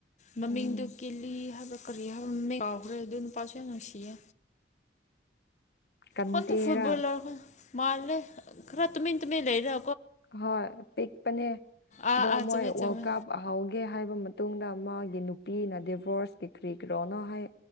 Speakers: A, on the left (about 40°); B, on the left (about 60°).
A: ꯃꯃꯤꯡꯗꯨ
B: ꯎꯝ
A: ꯀꯦꯜꯂꯤ ꯍꯥꯏꯕ ꯀꯔꯤ ꯍꯥꯏꯕ ꯃꯃꯤꯡ ꯀꯥꯎꯈ꯭ꯔꯦ ꯑꯗꯨ ꯅꯨꯄꯥꯁꯨ ꯌꯥꯝ ꯅꯨꯡꯁꯤꯌꯦ
B: ꯀꯟꯇꯦꯔꯥ
A: ꯍꯟ ꯇꯨ ꯐꯨꯠꯕꯣꯜꯔ ꯃꯥꯂꯦ ꯔꯠꯇꯃꯤꯇꯃꯤ ꯂꯩꯔ
B: ꯍꯣꯏ ꯄꯤꯛꯄꯅꯦ
A: ꯑꯥ
B: ꯑꯗꯣ
A: ꯑꯥ
B: ꯃꯣꯏ
A: ꯆꯨꯝꯃꯦ ꯆꯨꯝꯃꯦ
B: ꯋꯥꯔꯜ ꯀꯥꯞ ꯑꯍꯥꯎꯒꯦ ꯍꯥꯏꯕ ꯃꯇꯨꯡꯗ ꯃꯥꯒꯤ ꯅꯨꯄꯤꯅ ꯗꯤꯚꯣꯔꯁ ꯄꯤꯈ꯭ꯔꯤ꯭ꯔꯣꯅ ꯍꯥꯏ